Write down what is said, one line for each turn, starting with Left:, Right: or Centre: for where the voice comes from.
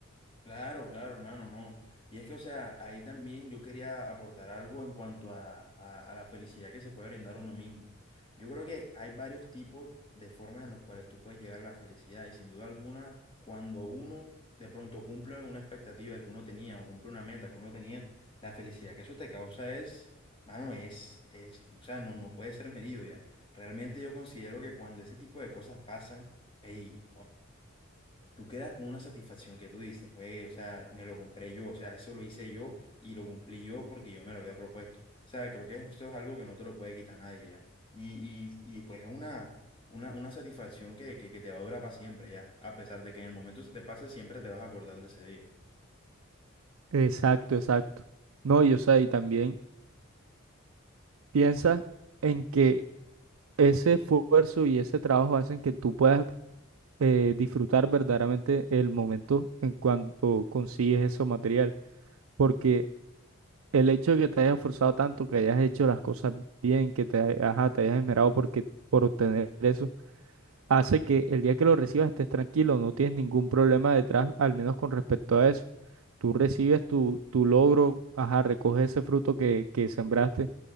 Left: Claro, claro, hermano, no. Y es que, o sea, ahí también yo quería aportar algo en cuanto a, a- a la felicidad que se puede brindar uno mismo. Yo creo que hay varios tipos de formas en las cuales tú puedes llegar a la felicidad y sin duda alguna, cuando uno de pronto cumple una expectativa que uno tenía o cumple una meta que uno tenía, la felicidad que eso te causa es, mano, es, es, o sea, no, no puede ser medido ya. Realmente yo considero que cuando ese tipo de cosas pasan, hey, tú quedas con una satisfacción que tú dices, güey, o sea, me lo compré yo, o sea, eso lo hice yo y lo cumplí yo porque yo me lo había propuesto. O sea, creo que esto es algo que no te lo puede quitar nadie ya. Y, y, y pues es una, una, una satisfacción que, que, que te va a durar para siempre ya. A pesar de que en el momento se te pase, siempre te vas a acordar de ese día.
Right: Exacto, exacto. No, y o sea, y también piensa en que ese esfuerzo y ese trabajo hacen que tú puedas eh, disfrutar verdaderamente el momento en cuanto consigues ese material. Porque El hecho de que te hayas esforzado tanto, que hayas hecho las cosas bien, que te, ha- ajá, te hayas esmerado porque, por obtener eso, hace que el día que lo recibas estés tranquilo, no tienes ningún problema detrás, al menos con respecto a eso. Tú recibes tu, tu logro, ajá, recoges ese fruto que, que sembraste